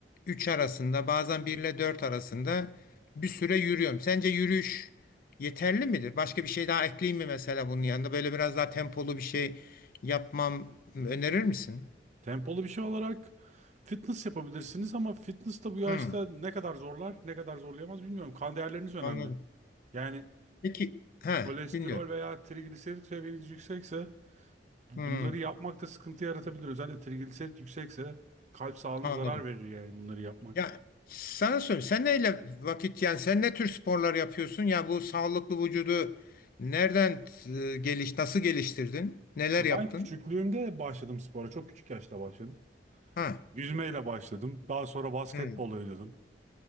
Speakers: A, on the left; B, on the right.
A: 3 arasında bazen bir ile 4 arasında bir süre yürüyorum. Sence yürüyüş yeterli midir? Başka bir şey daha ekleyeyim mi mesela bunun yanında? Böyle biraz daha tempolu bir şey yapmam önerir misin?
B: Tempolu bir şey olarak fitness yapabilirsiniz ama fitness da bu yaşta
A: Hmm,
B: ne kadar zorlar, ne kadar zorlayamaz bilmiyorum. Kan değerleriniz önemli.
A: anladım.
B: Yani
A: Peki, ha,
B: kolesterol
A: dinliyorum.
B: veya trigliserit seviyeniz yüksekse bunları
A: Hmm,
B: yapmakta sıkıntı yaratabilir. Özellikle trigliserit yüksekse kalp sağlığına
A: anladım.
B: zarar verir yani bunları yapmak.
A: Ya sana söyleyeyim. Sen neyle vakit yani sen ne tür sporlar yapıyorsun? Ya bu sağlıklı vücudu nereden e, geliş nasıl geliştirdin? Neler
B: Ya
A: yaptın?
B: ben küçüklüğümde başladım spora. Çok küçük yaşta başladım.
A: Ha.
B: Yüzmeyle başladım. Daha sonra basketbol
A: Hı.
B: oynadım.